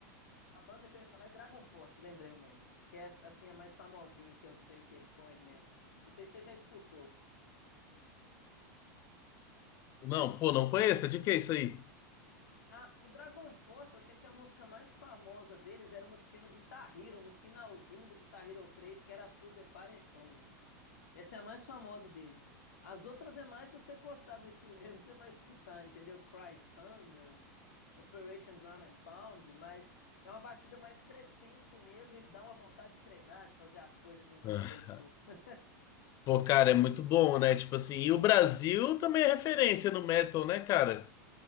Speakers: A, on the left; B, on the left.
A: A banda que eu ia falar é Dragon Force, lembrei o nome. Que é, assim, a mais famosinha que eu sei que é de power metal. Não sei se você já escutou.
B: Não, pô, não conheço. De que é isso aí?
A: Ah, o Dragon Force, eu sei que a música mais famosa deles era uma que tinha no Guitar Hero, no finalzinho do Guitar Hero 3, que era Through the Fire and Flames. Essa é a mais famosa deles. As outras é mais se você gostar do estilo <laughs> mesmo que você vai escutar, entendeu? Cry Thunder, Operation Ground and Pound, mas é uma batida mais crescente mesmo e dá uma vontade de treinar, de fazer as coisas assim quando
B: Ah.
A: você escuta. <laughs>
B: Pô, cara, é muito bom, né? Tipo assim, e o Brasil também é referência no metal, né, cara?